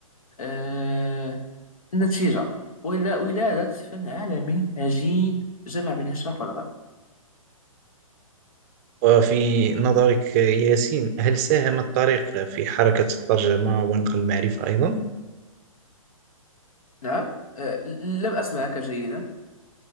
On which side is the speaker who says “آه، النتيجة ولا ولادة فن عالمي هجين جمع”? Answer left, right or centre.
Left